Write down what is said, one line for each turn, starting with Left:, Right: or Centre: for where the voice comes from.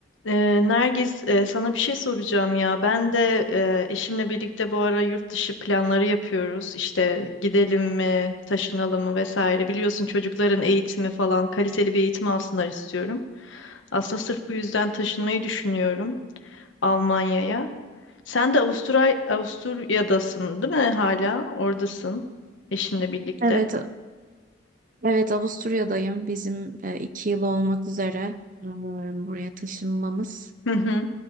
Left: Ee, Nergiz, e, sana bir şey soracağım ya. Ben de e, eşimle birlikte bu ara yurt dışı planları yapıyoruz. İşte gidelim mi, taşınalım mı vesaire. Biliyorsun çocukların eğitimi falan, kaliteli bir eğitim alsınlar istiyorum. Aslında sırf bu yüzden taşınmayı düşünüyorum Almanya'ya. Sen de Avusturya, Avusturya'dasın, değil mi hala? Oradasın eşinle birlikte.
Right: Evet, evet Avusturya'dayım. Bizim e, iki yıl olmak üzere e, buraya taşınmamız.
Left: Hı hı.